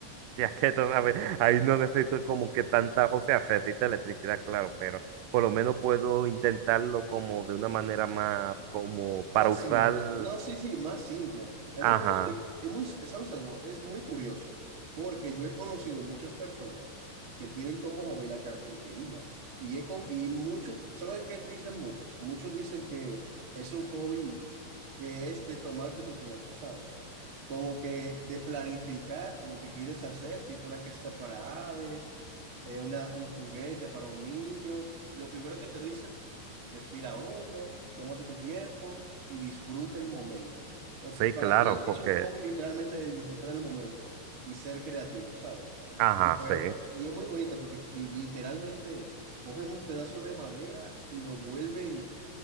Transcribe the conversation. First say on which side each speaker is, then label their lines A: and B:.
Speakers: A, on the right; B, on the right.
A: Si es que todavía ahí no necesito como que tanta, o sea, se necesita electricidad, claro, pero por lo menos puedo intentarlo como de una manera más como para
B: Más
A: usar,
B: simple. No, sí, sí, más simple. Es
A: ajá,
B: muy curioso. yo- Es muy, ¿sabes algo? Es muy curioso porque yo he conocido muchas personas que tienen como hobby la carpintería y, he, con- y muchos, ¿sabes qué te dicen muchos? Muchos dicen que es un hobby que es de tomarte tu tiempo, ¿sabes? Como que de planificar lo que quieres hacer, tipo una casita para aves, eh, una, un juguete para un niño. Lo primero que te dicen, respira hondo, tómate tu tiempo y disfruta el momento. Eh,
A: sí,
B: para
A: claro,
B: mí es
A: porque,
B: un hobby literalmente de disfrutar el momento y ser creativo, ¿sabes?
A: ajá,
B: Como que-
A: sí,
B: eh, y es muy bonito porque li- literalmente cogen un pedazo de madera y lo vuelven